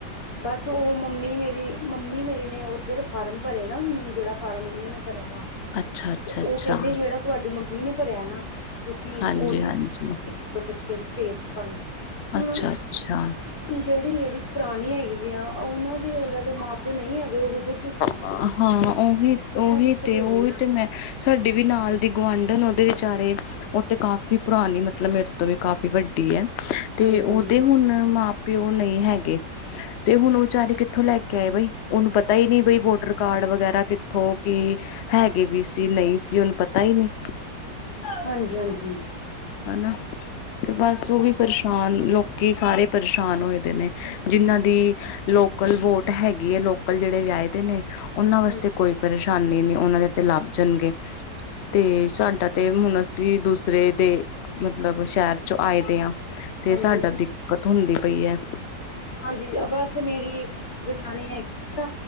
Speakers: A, on the left; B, on the left.
A: ਬਸ ਉਹ ਮੰਮੀ ਮੇਰੀ ਮੰਮੀ ਮੇਰੀ ਨੇ ਉੱਧਰ ਫਾਰਮ ਭਰੇ ਨਾ ਜਿਹੜਾ ਫਾਰਮ ਮੰਮੀ ਨੇ ਭਰਿਆ ਵਾ
B: ਅੱਛਾ ਅੱਛਾ
A: ਤੇ ਉਹ
B: ਅੱਛਾ
A: ਕਹਿੰਦੇ ਜਿਹੜਾ ਤੁਹਾਡੀ ਮੰਮੀ ਨੇ ਭਰਿਆ ਨਾ ਤੁਸੀਂ
B: ਹਾਂਜੀ
A: ਉਹੀ
B: ਹਾਂਜੀ
A: ਖਿੱਚ ਕੇ ਭੇਜ ਦੇ ਸਾਨੂੰ ਹੁਣ
B: ਅੱਛ- ਅੱਛਾ।
A: ਜਿਹੜੀ ਲੇਡੀਜ਼ ਪੁਰਾਣੀ ਹੈਗੀ ਆ ਉਹਨਾਂ ਦੇ ਉਹਨਾਂ ਦੇ ਮਾਂ ਪਿਓ ਨਹੀਂ ਹੈਗੇ ਉਹੋ ਜਿਹੇ
B: ਹਾਂ ਉਹੀ ਉਹੀ
A: ਦਿੱਕਤ
B: ਤੇ
A: ਹੋ
B: ਉਹੀ
A: ਰਹੀ ਨਾ
B: ਤੇ ਮੈਂ ਸਾਡੀ ਵੀ ਨਾਲ ਦੀ ਗੁਆਂਢਨ ਉਹਦੇ ਵਿਚਾਰੇ ਉਹ ਤੇ ਕਾਫ਼ੀ ਪੁਰਾਣੀ ਮਤਲਬ ਮੇਰੇ ਤੋਂ ਵੀ ਕਾਫ਼ੀ ਵੱਡੀ ਹੈ ਤੇ
A: ਹਾਂਜੀ
B: ਉਹਦੇ
A: ਹਾਂਜੀ
B: ਹੁਣ ਮਾਂ ਪਓ ਨਹੀਂ ਹੈਗੇ ਤੇ ਹੁਣ ਵਿਚਾਰੇ ਕਿੱਥੋਂ ਲੈ ਕੇ ਆਏ ਬਈ ਉਹਨੂੰ ਪਤਾ ਹੀ ਨਹੀ ਬਈ ਬੋਡਰ ਕਾਰਡ ਵਗੈਰਾ ਕਿੱਥੋਂ ਕਿ ਹੈਗੇ ਵੀ ਸੀ ਨਹੀਂ ਸੀ ਉਹਨੂੰ ਪਤਾ ਹੀ ਨਹੀਂ
A: ਹਾਂਜੀ- ਹਾਂਜੀ
B: ਹਨਾ ਤੇ ਬਸ ਉਹ ਵੀ ਪਰੇਸ਼ਾਨ ਲੋਕੀ ਸਾਰੇ ਪਰੇਸ਼ਾਨ ਹੋਏ ਦੇ ਨੇ ਜਿੰਨਾਂ ਦੀ ਲੋਕਲ ਵੋਟ ਹੈਗੀ ਹੈ ਲੋਕਲ ਜਿਹੜੇ ਵਿਆਹੀ ਦੇ ਨੇ ਉਹਨਾਂ ਵਾਸਤੇ
A: ਹਾਂਜੀ
B: ਕੋਈ ਪਰੇਸ਼ਾਨੀ ਨੀ ਉਹਨਾਂ ਦੇ ਤੇ ਲੱਭ ਜਾਣਗੇ ਤੇ ਸਾਡਾ ਤੇ ਹੁਣ ਅਸੀਂ ਦੂਸਰੇ ਦੇ ਮਤਲਬ ਸ਼ਹਿਰ ਚ ਆਏ ਦੇ ਆ ਤੇ
A: ਹਾਂਜੀ
B: ਸਾਡਾ ਦਿੱਕਤ ਹੁੰਦੀ ਪਈ ਹੈ।
A: ਹਾਂਜੀ। ਬਸ ਮੇਰੀ ਜਠਾਣੀ ਹੈਗੀ ਸੀ ਆ